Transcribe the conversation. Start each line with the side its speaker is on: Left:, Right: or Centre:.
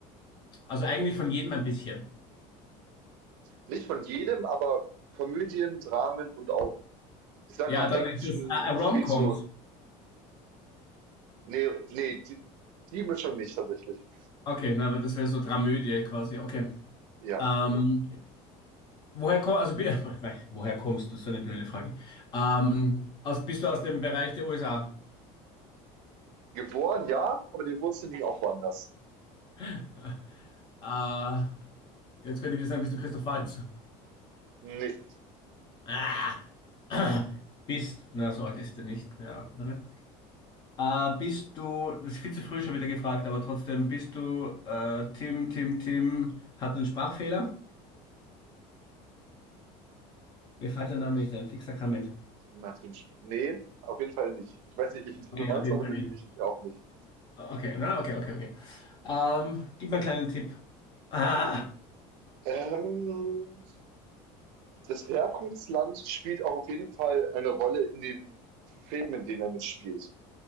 Left: Also eigentlich von jedem ein bisschen.
Right: Nicht von jedem, aber Komödien, Dramen und auch, ich sag
Left: Ja,
Right: mal,
Left: dann
Right: Action
Left: ist es äh, äh, Rom-Coms.
Right: spielt so Nee, nee, die, die Mischung nicht tatsächlich.
Left: Okay, na, aber das wäre so Dramödie quasi. Okay.
Right: Ja.
Left: Ähm, woher kommst, also, bi- <laughs> nein, woher kommst du? So eine blöde Frage. Ähm, aus, bist du aus dem Bereich der USA?
Right: Geboren, ja, aber die Wurzeln liegen auch woanders.
Left: <laughs> Äh, jetzt könnte ich wieder sagen, bist du Christoph Waltz?
Right: Nee,
Left: <coughs> Ah, <clears throat> bist, na, so alt ist er nicht, der andere. Äh, bist du, das ist viel zu früh schon wieder gefragt, aber trotzdem, bist du äh, Tim, Tim, Tim, hat einen Sprachfehler? Mir fällt der Name
Right: ich
Left: nicht ein, Fixakrament.
Right: mach den Sp Nee, auf jeden Fall nicht. Ich weiß nicht, welchen Tim
Left: Okay,
Right: du meinst,
Left: auf jeden
Right: aber
Left: Fall
Right: den
Left: nicht.
Right: bin ich auch nicht.
Left: Okay, na, okay, okay, okay. Ähm, gib mir einen kleinen Tipp. Ah,
Right: Ähm, das Herkunftsland spielt auch auf jeden Fall eine Rolle in den Filmen, in denen er mitspielt.